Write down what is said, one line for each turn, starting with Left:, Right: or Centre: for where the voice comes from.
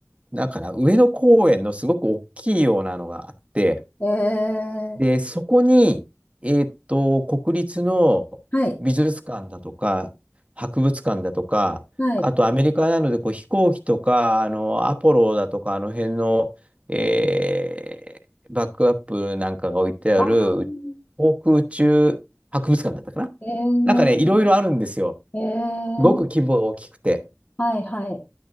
Right: なんかな、上野公園のすごく大きいようなのがあって、
Left: えー、
Right: で、そこに、えーっと、国立の
Left: はい、
Right: 美術館だとか、博物館だとか、
Left: はい、
Right: あとアメリカなのでこう飛行機とか、あの、アポロだとか、あの辺の、えーバックアップなんかが置いてある、
Left: ああ、
Right: 航空宇宙博物館だったかな
Left: えー、
Right: なんかね、いろいろあるんですよ。
Left: えー、
Right: すごく規模が大きくて。
Left: はい、はい、